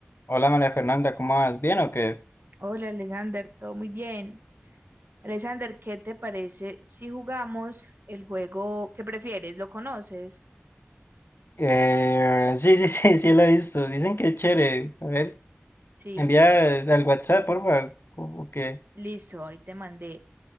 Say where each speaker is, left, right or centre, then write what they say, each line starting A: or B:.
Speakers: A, on the left; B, on the right.
A: Hola María Fernanda, ¿cómo vas? ¿Bien o qué?
B: Hola, Alexander, todo muy bien. Alexander, ¿qué te parece si jugamos el juego que prefieres? ¿Lo conoces?
A: Eh, sí, sí, <laughs> sí, sí lo he visto. Dicen que es chévere. A ver,
B: Sí,
A: envía
B: bueno,
A: eh, al WhatsApp, por favor. ¿Cómo que?
B: listo, ahí te mandé.